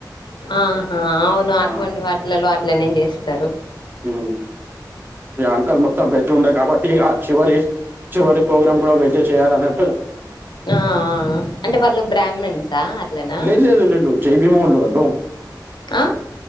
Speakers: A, on the left; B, on the right.
A: ఆహా అవును అటువంటి
B: ఆ
A: వాటిలలో అట్లనే చేస్తారు
B: ఊ ఇగ అంకుల్ మొత్తం వెజ్ ఉండే కాబట్టి ఇగ చివరి చివరి ప్రోగ్రాం కూడా వెజ్ ఏ చేయాలన్నట్టు
A: ఆ ఆ అంటే వాళ్ళు బ్రహ్మాన్సా అట్లనా
B: లేదు లేదు ఎ ల్లిండు జై భీమొల్లు వాళ్ళు
A: ఆ